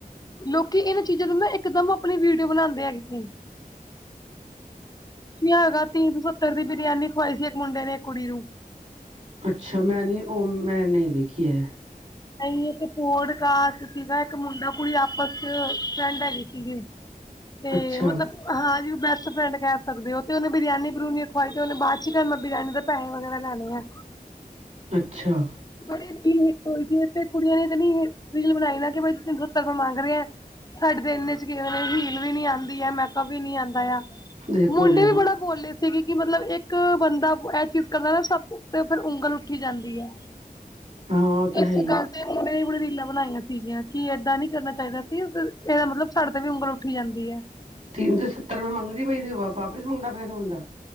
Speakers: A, on the left; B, on the right.
A: ਲੋਕੀ ਇਹਨਾਂ ਚੀਜ਼ਾਂ ਨੂੰ ਨਾ ਇਕਦਮ ਆਪਣੀ ਵੀਡਿਓ ਬਣਦੇ ਹੈਗੇ ਨੇ। ਨੀ ਹੈਗਾ ਤੀਨ ਸੌ ਸੱਤਰ ਦੀ ਬਰਿਆਨੀ ਖਵਾਈ ਸੀ, ਇੱਕ ਮੁੰਡੇ ਨੇ ਇੱਕ ਕੁੜੀ ਨੂੰ
B: ਅੱਛਾ ਮੈਂ ਨੀ ਉਹ ਮੈਂ ਨਈ ਦੇਖੀ ਐ।
A: ਨਈ ਇੱਕ ਪੋਡਕਾਸਟ ਸੀਗਾ, ਇੱਕ ਮੁੰਡਾ ਕੁੜੀ ਆਪਸ ਫਰੈਡ ਹੈਗੀ ਸੀਗੇ।
B: <inaudible>
A: ਤੇ
B: ਅੱਛਾ
A: ਮਤਲਬ। ਹਾਂ ਜਿਵੇਂ ਬੈਸਟ ਫਰੈਂਡ ਕਹਿ ਸਕਦੇ ਓ, ਤੇ ਉਹਨੇ ਬਿਰਿਆਨੀ ਬਰੂਨੀ ਖਵਾਈ ਤੇ ਉਹਨੇ ਬਾਅਦ ਚ ਕਿਆ ਮੈ ਬਰਿਆਨੀ ਦਾ ਪੈਹੈ ਵਗੈਰਾ ਲੈਣੇ ਆ।
B: ਅੱਛਾ।
A: ਬੜੇ <unintelligible> ਕੁੜੀਆਂ ਨੇ ਤਾਂ ਨੀ ਰੀਲ ਬਣਾਈ ਨਾ ਕਿ ਬਸੀ ਤੁਸੀਂ ਜਦੋ ਤੱਕ ਮੰਗ ਰਹੇ ਆ। ਸਾਡੇ ਤੇ ਇੰਨੇ ਚ ਕਿਹ ਹੀਲ ਵੀ ਨੀ ਆਂਦੀ ਆ, ਮੈਕਅਪ ਵੀ ਨੀ ਆਂਦਾ ਆ,
B: ਦੇਖੋ
A: ਮੁੰਡੇ
B: ਜਰਾ
A: ਵੀ ਬੜਾਂ ਬੋਲੇ ਸੀਗੇ, ਕਿ ਮਤਲਬ ਇੱਕ ਬੰਦਾ ਐਹ ਚੀਜ਼ ਕਰਦਾ ਨਾ ਸਭ ਤੇ ਫਿਰ ਉਂਗਲ ਉੱਠੀ ਜਾਂਦੀ ਐ।
B: ਹਾਂ ਉਹ ਤਾਂ ਹੈ
A: ਇੱਕ
B: ਹੀ
A: ਗੱਲ ਇਕ ਮੁੰਡੇ ਨੇ ਬੜੀ ਰੀਲਾਂ ਬਣਾਈਆਂ ਸੀਗੀਆਂ, ਕਿ ਏਦਾਂ ਨੀ ਕਰਨਾ ਚਾਹੀਦਾ ਸੀ। ਐਹ ਮਤਲਬ ਸਾਡੇ ਤੇ ਵੀ ਉਂਗਲ ਉੱਠੀ ਜਾਂਦੀ ਐ।
B: ਤਿੰਨ ਸੌ ਸੱਤਰ ਰੁਪਏ ਮੰਗਦੀ ਪਈ ਸੀ, ਉਹ ਵਾਪਿਸ ਮੰਗਦਾ ਪਿਆ ਸੀ ਮੁੰਡਾ।